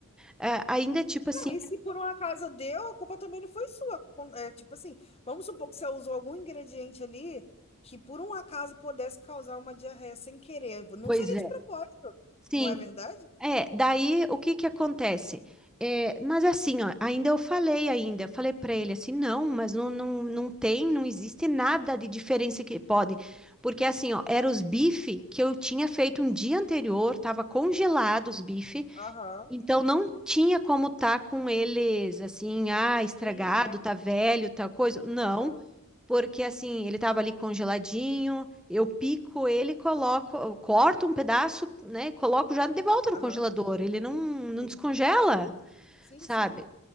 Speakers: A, in the centre; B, on the left.
A: É, ainda tipo assim,
B: Não, e se por um acaso deu, a culpa também não foi sua. Com- é, tipo assim, vamos supor que você usou algum ingrediente ali que por um acaso pudesse causar uma diarreia sem querer. Não
A: Pois
B: seria
A: é.
B: de propósito,
A: sim,
B: não é verdade?
A: é, daí o que que acontece? É, mas assim, ó, ainda eu falei ainda, eu falei pra ele assim, não, mas não, não, não tem, não existe nada de diferença que pode, porque assim, ó, eram os bife que eu tinha feito um dia anterior, tava congelados os bife,
B: Aham.
A: Então não tinha como tá com eles assim, ah, estragado,
B: Ruim, né?
A: tá velho, tal coisa. Não,
B: Aham.
A: porque assim, ele tava ali congeladinho, eu pico ele, coloco, eu corto um pedaço, né, coloco já de volta no
B: Aham.
A: congelador. Ele não, não
B: Entendi.
A: descongela,
B: Sim,
A: sabe?
B: sim.